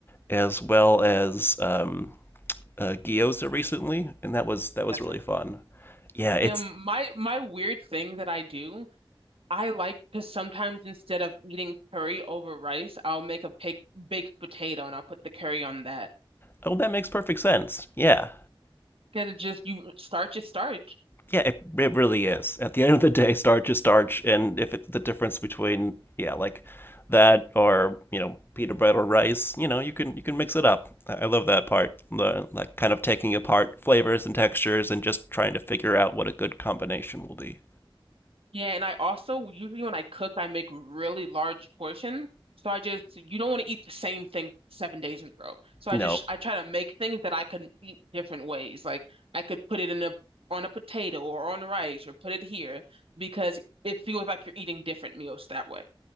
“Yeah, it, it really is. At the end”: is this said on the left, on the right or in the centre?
Left